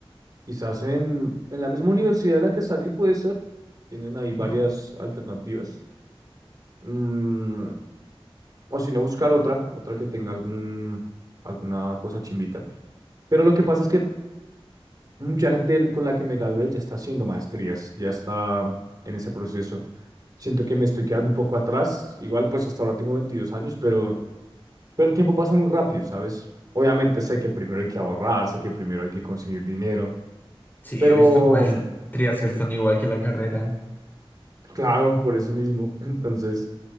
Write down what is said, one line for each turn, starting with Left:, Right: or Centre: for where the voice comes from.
Right: quizás en, en la misma universidad de la que salí puede ser, tienen ahí varias
Left: No.
Right: alternativas. Mm, o si no, buscar otra, otra que tenga algún, alguna cosa chimbita. Pero lo que pasa es que mucha gente con la que me gradué ya está haciendo maestrías, ya está en ese proceso. Siento que me estoy quedando un poco atrás. Igual, pues hasta ahora tengo 22 años, pero, pero el tiempo pasa muy rápido, ¿sabes? Obviamente sé que primero hay que ahorrar, sé que primero hay que conseguir dinero,
Left: Sí,
Right: pero
Left: he visto maestrías
Right: mm,
Left: que están igual que la carrera.
Right: claro, por eso mismo. <laughs> Entonces,